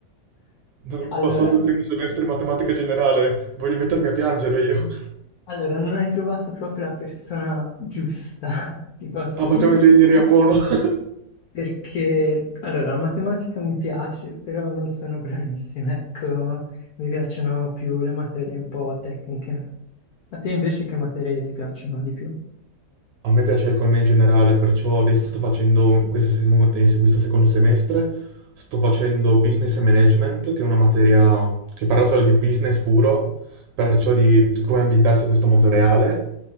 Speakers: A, on the right (about 80°); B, on the left (about 65°).
A: Non ho
B: Allora,
A: passato il primo semestre in matematica generale, voglio mettermi a piangere io.
B: allora, non hai trovato proprio la persona giusta, <laughs> ti posso
A: Ah, facciamo
B: dire.
A: ingegneria, buono. <laughs>
B: Perché, allora, la matematica mi piace, però non sono bravissima, ecco, mi piacciono più le materie un po' tecniche. A te invece che materie ti piacciono di più?
A: A me piace l'economia in generale, perciò adesso sto facendo un- questo, seco- eh, se- questo secondo semestre, sto facendo business e management, che è una materia che parla solo di business puro, perciò di come ambientarsi in questo mondo reale,